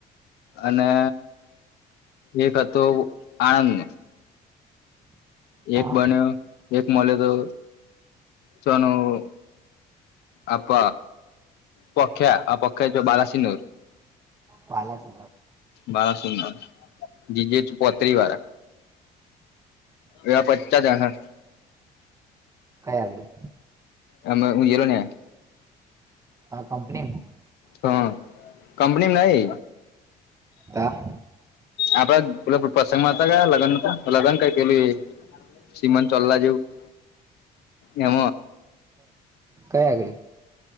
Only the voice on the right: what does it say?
હા
બાલા- -
કઈ આવી
હા કંપનીમાં- -
તા- -
કયા કઈ આગળ